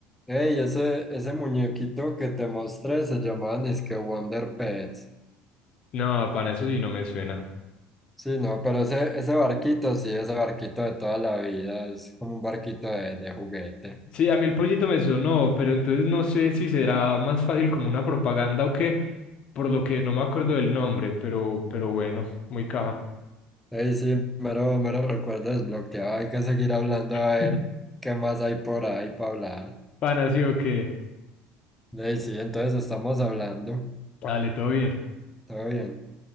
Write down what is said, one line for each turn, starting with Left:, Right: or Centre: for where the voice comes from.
Centre: Ey, ese, ese muñequito que te mostré se llamaba que Wonder Pets.
Left: No, pana, eso sí no me suena.
Centre: Sí, no, pero ese, ese barquito, sí, ese barquito de toda la vida, es como un barquito de, de juguete.
Left: Sí, a mí el pollito me sonó, pero entonces no sé si será más fácil como una propaganda o qué, por lo que no me acuerdo del nombre, pero, pero bueno, muy caja.
Centre: Ey, sí, mero, mero recuerdo desbloqueado, hay que seguir hablando a
Left: <laughs>
Centre: ver qué más hay por ahí para hablar.
Left: Pan así o qué.
Centre: Ey, sí, entonces estamos hablando.
Left: Dale, todo bien.
Centre: Todo bien.